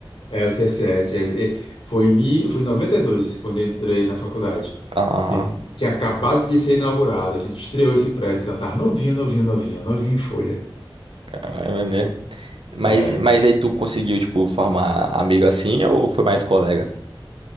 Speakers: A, on the left; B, on the right.
A: É, o c 7 É, é, foi, em mi- foi em 92, quando eu entrei na faculdade.
B: Ah,
A: Ele tinha acabado de ser inaugurado, a gente estreou esse prédio, então tava novinho, novinho, novinho, novinho em folha.
B: cara, é mesmo. Mas,
A: É,
B: mas aí tu conseguiu, tipo, formar amigo assim ou foi mais colega?